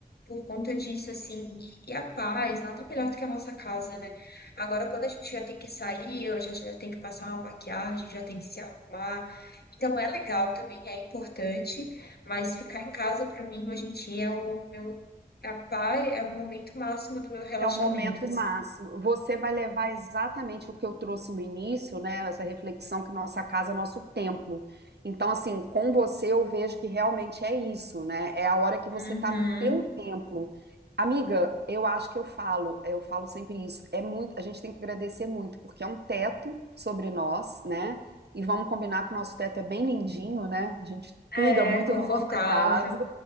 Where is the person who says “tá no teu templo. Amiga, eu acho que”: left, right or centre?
Right